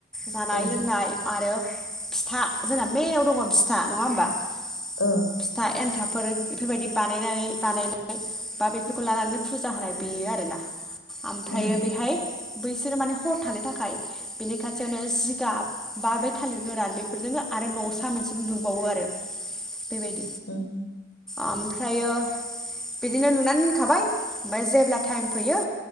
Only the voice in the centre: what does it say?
जानाय
लोंनाय आरो फिथा जोंना मेनाव दङ फिथा नङा होमबा फिथा
एन्थाबफोर बेफोरबायदि बानायनानै बानायनाय बा बेफोरखौ लानानै फुजा होनाय बेयो आरोना ओमफ्रायो
बेहाय बैसोरो माने हर थानो थाखाय बेनिखाय जोंनो जिगाब बा बै थालिर गोरान बे फोरजोनो आरो नसा मोनसे लुबावो आरो बेबायदि।
ओमफ्रायो बिदिनो लुनानै दोनखाबाय ओमफ्राय जेब्ला टाइम फैयो